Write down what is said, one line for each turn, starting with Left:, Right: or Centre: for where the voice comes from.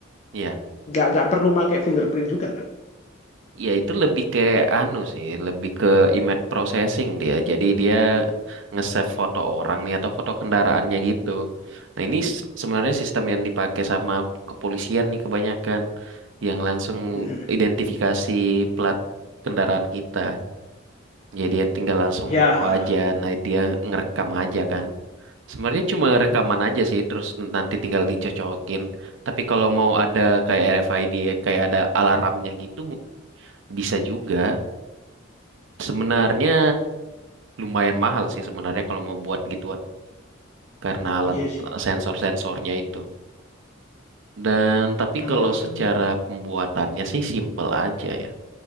Right: ya,
Left: nggak nggak perlu pakai fingerprint juga kan.
Right: ya itu lebih ke anu sih, lebih ke image processing dia. Jadi dia nge-save foto orang nih atau foto kendaraannya gitu. Nah, ini s- sebenarnya sistem yang dipakai sama kepolisian nih kebanyakan yang langsung
Left: Mm-mm.
Right: identifikasi plat kendaraan kita. Jadi dia tinggal langsung
Left: Ya,
Right: moto aja, nah dia ngerekam aja kan. Sebenarnya cuma rekaman aja sih, terus nanti tinggal dicocokin. Tapi kalau mau ada kayak RFID, kayak ada alarmnya gitu, bisa juga. Sebenarnya lumayan mahal sih sebenarnya kalau mau buat gituan, karena alat
Left: iya sih.
Right: eh, sensor-sensornya itu. Dan tapi
Left: Hmm.
Right: kalau secara pembuatannya sih simple aja ya.